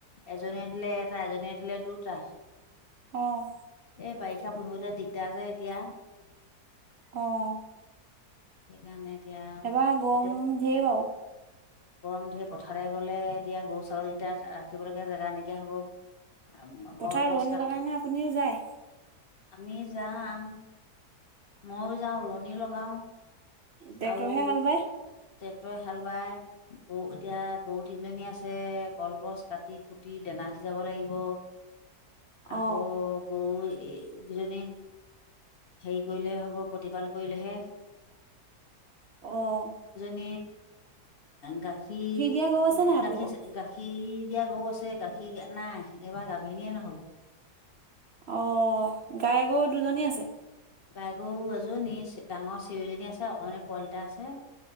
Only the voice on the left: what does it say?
এজনীয়ে দিলে এটা এজনীয়ে দিলে দুটা
এই বাৰিষা পুহিবলৈ দিগদাৰ যে এতিয়া
সেইকাৰণে। এতিয়া
এতিয়া
গৰম ধেৰ পথাৰলে গলে এতিয়া গৰু ছাগলী কেইটা ৰাখিবলৈকে জেগা নাইকিয়া হব।
কলগছ
কাটি
আমি যাওঁ মইয়ো যাওঁ ৰোৱনীও লগাওঁ
আৰু
ট্ৰেক্টৰে হাল বাই। গৰু, এতিয়া গৰু তিনিজনী আছে। কলগছ কাটি-কুটি দানা সিজাব লাগিব। আকৌ
গৈ। এইকেইজনীক হেৰি কৰিলেহে হ'ব। প্ৰতিপাল কৰিলেহে
এ গাখীৰ, গাখীৰ,
গাখীৰ। এতিয়া গৰু আছে গাখীৰ নাই একবাৰ গাভিনীয়ে নহ'ল
গাই গৰু এযোৰ নিছে, ডাঙৰ চিৰজনী আছে অকণমানি পোৱালি দুটা আছে।